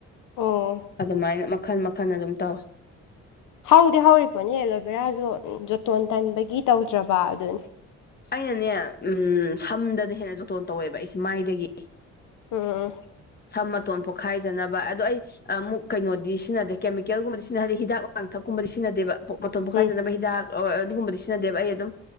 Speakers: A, on the left; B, on the left.
A: ꯑꯣ
B: ꯑꯗꯨꯃꯥꯏꯅ ꯃꯈꯟ ꯃꯈꯟ ꯑꯗꯨꯝ ꯇꯧꯋꯦ꯫
A: ꯍꯧꯗꯤ ꯍꯧꯔꯤꯄꯣꯠꯅꯤ ꯑꯦꯂꯣꯕꯦꯔꯥꯖꯨ ꯖꯣꯇꯣꯟ ꯇꯟꯕꯒꯤ ꯇꯧꯗ꯭ꯔꯕꯗꯨꯅꯤ꯫
B: ꯑꯩꯅꯅꯦ ꯎꯝ ꯁꯝꯗꯅ ꯍꯦꯟꯅ ꯖꯣꯇꯣꯟ ꯇꯧꯋꯦꯕ ꯑꯩꯁꯦ ꯃꯥꯏꯗꯒꯤ꯫
A: ꯎꯝ
B: ꯁꯝ ꯃꯇꯣꯟ ꯄꯣꯛꯈꯥꯏꯗꯅꯕ ꯑꯗꯣ ꯑꯩ ꯑꯃꯨꯛ ꯀꯩꯅꯣꯗꯤ ꯁꯤꯟꯅꯗꯦ ꯀꯦꯃꯤꯀꯦꯜꯒꯨꯝꯕꯗꯤ ꯁꯤꯟꯅꯗꯦ ꯍꯤꯗꯥꯛ ꯂꯥꯡꯊꯛꯀꯨꯝꯕꯗꯤ ꯁꯤꯟꯅꯗꯦꯕ <unintelligible> ꯃꯇꯣꯟ ꯄꯣꯛꯈꯥꯏꯗꯅꯕ
A: ꯎꯝ
B: ꯍꯤꯗꯥꯛ ꯑ ꯑꯗꯨꯒꯨꯝꯕꯗꯤ ꯁꯤꯟꯅꯗꯦꯕ ꯑꯩ ꯑꯗꯨꯝ